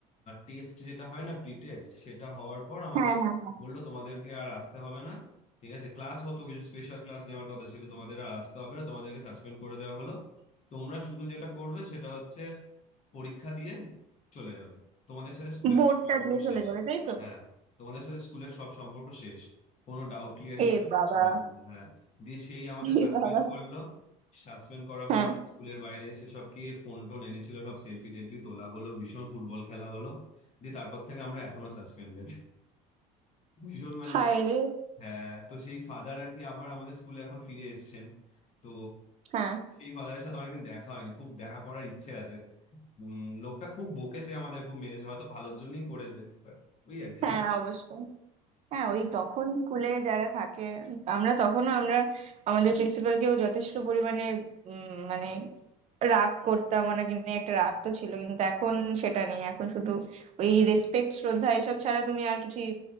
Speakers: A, on the left; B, on the right.
A: টেস্ট যেটা হয় না প্রি টেস্ট সেটা হওয়ার পর আমাদের
B: হ্যাঁ হ্যাঁ হ্যাঁ
A: বললো তোমাদেরকে আর আসতে হবে না ঠিক আছে ক্লাস হতো কিছু স্পেশাল ক্লাস নেওয়ার কথা ছিল তোমাদের আর আসতে হবে না তোমাদেরকে সাসপেন্ড করে দেওয়া হলো তোমরা শুধু যেটা করবে সেটা হচ্ছে পরীক্ষা দিয়ে চলে যাবে তোমাদের সাথে স্কুলের
B: বোর্ডটা
A: সব সম্পর্ক
B: দিয়ে চলে
A: শেষ
B: যাবে তাই তো
A: হ্যাঁ তোমাদের সাথে স্কুলের সব সম্পর্ক শেষ কোনো ডাউট ক্লিয়ারিং
B: এ
A: ক্লাস
B: বাবা
A: কিছু হবে না হ্যাঁ দিয়ে সেই আমাদের সাসপেন্ড
B: এ বাবা
A: করলো সাসপেন্ড করার
B: হ্যাঁ
A: পর আমরা স্কুলের বাইরে এসে সবকে ফোন টোন এনেছিল সব সেলফি টেলফি তোলা হলো ভীষণ ফুটবল খেলা হলো দিয়ে তারপর থেকে আমরা এখনো সাসপেন্ডেড ভীষণ মানে
B: হায় রে
A: হ্যাঁ তো সেই ফাদার আর কি আবার আমাদের স্কুলে এখন ফিরে এসেছেন তো
B: হ্যাঁ
A: সেই ফাদারের সাথে অনেকদিন দেখা হয়নি খুব দেখা করার ইচ্ছে আছে উম, লোকটা খুব বকেছে আমাদের খুব মেরেছে হয়তো ভালোর জন্যই করেছে বাট ওই আর কি
B: হ্যাঁ অবশ্যই হ্যাঁ ওই তখন স্কুলে যারা থাকে আমরা তখনও আমরা আমাদের প্রিন্সিপালকেও যথেষ্ট পরিমাণে উম, মানে রাগ করতাম ওনাকে নিয়ে একটা রাগ তো ছিল কিন্তু এখন সেটা নেই এখন শুধু ওই রেসপেক্ট শ্রদ্ধা এসব ছাড়া তুমি আর কিছুই